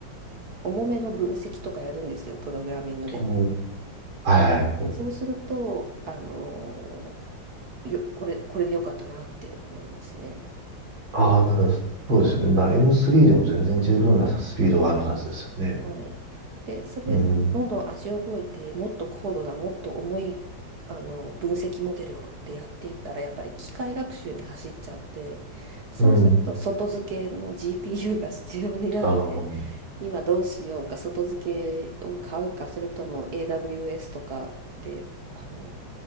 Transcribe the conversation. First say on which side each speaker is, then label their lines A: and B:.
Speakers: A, on the right (about 55°); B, on the right (about 70°).
A: 重めの分析とかやるんですよ、プログラミングで。
B: こう、はいはい。こう
A: そうすると、あの、よ、これ、これで良かったなって思いますね。
B: ああ、なるほど。そうですよね。まあ、M3 でも全然十分なスピードはあるはずですよね。
A: はい。で、それ、
B: うん。
A: どんどん味を覚えて、もっと高度な、もっと重い、あの、分析モデルをってやっていったら、やっぱり機械学習に走っちゃって、そうすると外付けの
B: うん。
A: GPU が必要になって、
B: あの、
A: 今どうしようか、外付けを買うか、それとも AWS とかで、あの、